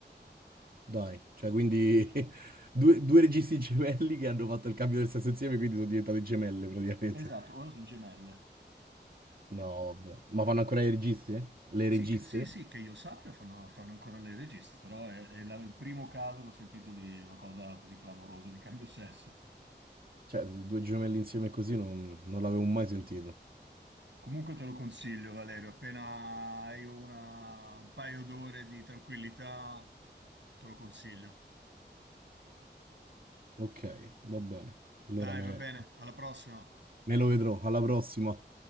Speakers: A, on the right (about 55°); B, on the right (about 85°).
A: Dai, cioè quindi <laughs> due, due registi gemelli che hanno fatto il cambio del sesso insieme, quindi sono diventate gemelle praticamente.
B: Esatto, ora sono gemelle.
A: No, vabbè. Ma fanno ancora i registi? eh? Le
B: Sì,
A: registe?
B: che- sì, sì, che io sappia, fanno, fanno ancora le registe, però è, è la- il primo caso che ho sentito di una cosa così clamorosa di cambio sesso.
A: Cioè, due gemelli insieme così non, non l'avevo mai sentito.
B: Comunque te lo consiglio, Valerio, appena hai una- un paio d'ore di tranquillità, te lo consiglio.
A: Ok, va bene. Allora
B: Dai,
A: me
B: va bene, alla prossima.
A: me lo vedrò. Alla prossima.